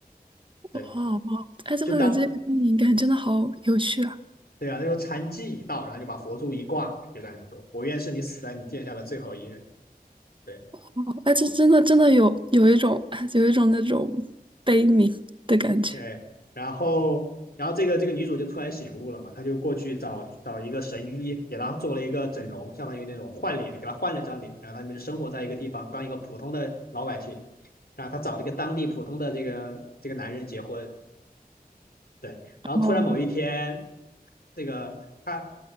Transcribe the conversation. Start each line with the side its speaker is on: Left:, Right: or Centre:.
Left: 对，
Right: 哦哦，哎，这个这个电影感真的好有趣啊！
Left: 就当对啊，他说禅机已到，然后就把佛珠一挂，就在那说：我愿是你死在你剑下的最后一人。对，
Right: 哦哎，这真的真的有有一种有一种那种悲悯的感觉。
Left: 对，然后然后这个这个女主就突然醒悟了嘛，她就过去找找一个神医，给她做了一个整容，相当于那种换脸，给她换了张脸，然后他们就生活在一个地方，当一个普通的老百姓。然后她找了一个当地普通的这个这个男人结婚，对，然后突然某一天，
Right: 哦，
Left: 这个她